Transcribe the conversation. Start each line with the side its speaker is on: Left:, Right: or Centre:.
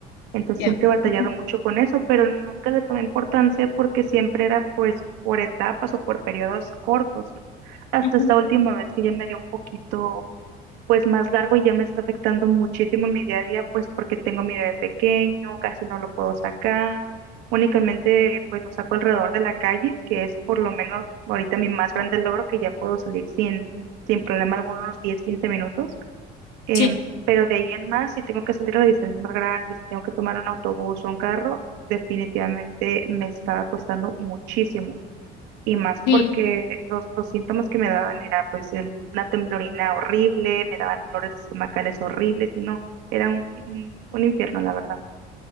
Right: Entonces
Left: Ya.
Right: siempre he batallado
Left: ujú,
Right: mucho con eso, pero nunca le tomé importancia porque siempre era pues por etapas o por periodos cortos. Hasta
Left: ujú,
Right: esta última vez que ya me dio un poquito pues más largo y ya me está afectando muchísimo en mi día a día, pues porque tengo mi bebé pequeño, casi no lo puedo sacar. Únicamente pues lo saco alrededor de la calle, que es por lo menos ahorita mi más grande logro que ya puedo salir sin, sin problema algunos diez quince minutos Em,
Left: Sí,
Right: pero de ahí en más, si tengo que salir a distancias más grandes, si tengo que tomar un autobús o un carro, definitivamente me estaba costando muchísimo. Y más porque
Left: sí.
Right: los, los síntomas que me daban era pues em, una temblorina horrible, me daban dolores estomacales horribles y no, era un, un un infierno, la verdad.